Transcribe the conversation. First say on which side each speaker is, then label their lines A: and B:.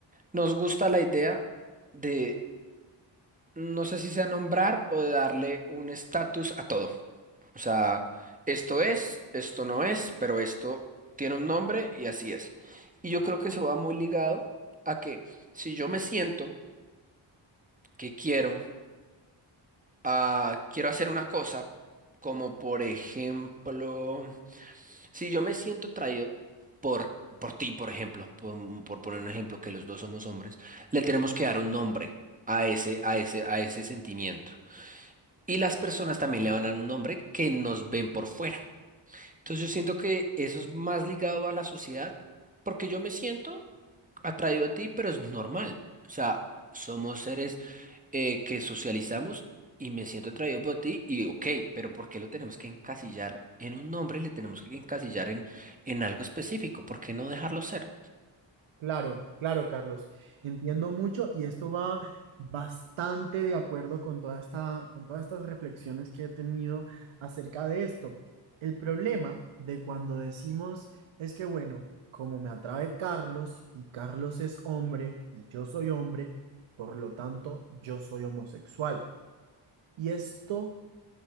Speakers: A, on the right; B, on the right.
A: nos gusta la idea de, no sé si sea nombrar o de darle un estatus a todo. O sea, esto es, esto no es, pero esto tiene un nombre y así es. Y yo creo que eso va muy ligado a que si yo me siento que quiero Ah, quiero hacer una cosa, como por ejemplo, si yo me siento atraído por, por ti, por ejemplo, por, por poner un ejemplo, que los dos somos hombres, le tenemos que dar un nombre a ese, a ese, a ese sentimiento. Y las personas también le van a dar un nombre que nos ven por fuera. Entonces yo siento que eso es más ligado a la sociedad, porque yo me siento atraído a ti, pero es normal. O sea, somos seres eh, que socializamos y me siento atraído por ti y ok, pero ¿por qué lo tenemos que encasillar en un nombre y le tenemos que encasillar en, en algo específico? ¿Por qué no dejarlo ser?
B: Claro, claro, Carlos. Entiendo mucho y esto va bastante de acuerdo con toda esta, con todas estas reflexiones que he tenido acerca de esto. El problema de cuando decimos es que, bueno, como me atrae Carlos y Carlos es hombre y yo soy hombre, por lo tanto, yo soy homosexual. Y esto